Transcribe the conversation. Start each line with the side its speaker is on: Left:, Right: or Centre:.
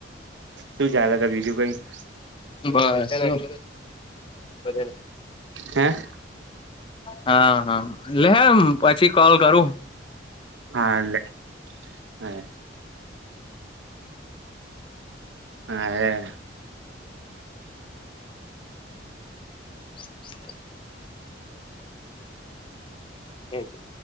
Right: શું ચલે હતા બીજું કઈ
Left: મારો બને
Right: હે
Left: હા હા લેમ પછી કોલ કરું
Right: હાલે હા હા
Left: <inaudible> એ જ